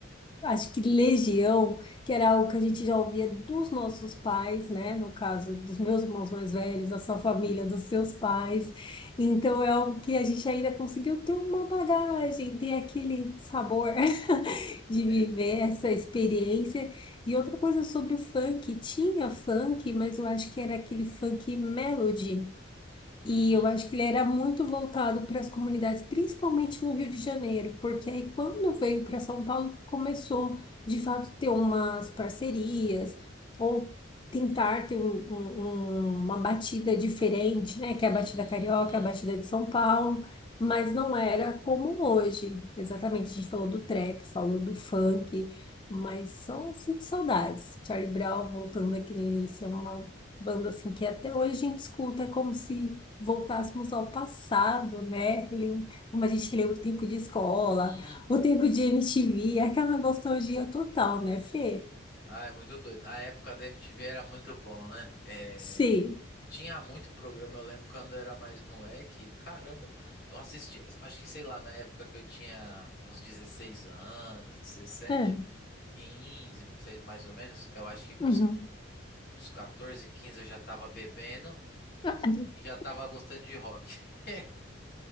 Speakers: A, on the left; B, on the left.
A: acho que Legião, que era algo que a gente já ouvia dos nossos pais, né, no caso dos meus irmãos mais velhos, da sua família, dos seus pais. Então é algo que a gente ainda conseguiu ter uma bagagem, ter aquele sabor de
B: É.
A: viver essa experiência. E outra coisa sobre o funk, tinha funk, mas eu acho que era aquele funk melody. E
B: Hum.
A: eu acho que ele era muito voltado para as comunidades, principalmente no Rio de Janeiro, porque aí quando veio para São Paulo, começou de fato ter umas parcerias ou tentar ter um- um- um- uma batida diferente, né? Que
B: Hum.
A: é a batida carioca, a batida de São Paulo, mas não era como hoje. Exatamente, a gente falou do trap, falou do funk, mas só sinto saudades. Charlie Brown, voltando aqui no início, é uma banda assim que até hoje a gente escuta, é como se voltássemos ao passado, né? Ele- Como a gente lembra o tempo de escola,
B: Hum.
A: o tempo de MTV, aquela nostalgia total, né, Fê?
B: Ah, é muito doido. A época da MTV era muito bom, né? É,
A: Sim.
B: Tinha muito programa. Eu lembro quando eu era mais moleque. Caramba, eu assisti. eu Acho que, sei lá, na época que eu tinha uns 16 anos, dezessete,
A: É.
B: 15, sei- mais ou menos. Eu acho que com
A: Uhum.
B: uns, uns 14, 15 eu já tava bebendo
A: <laughs>
B: e já tava gostando de rock. <laughs>